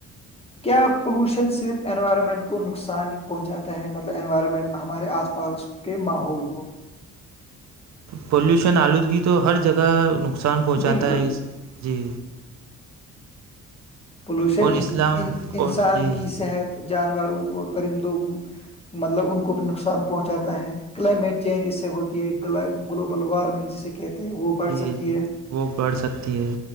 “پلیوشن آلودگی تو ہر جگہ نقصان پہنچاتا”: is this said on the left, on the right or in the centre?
Right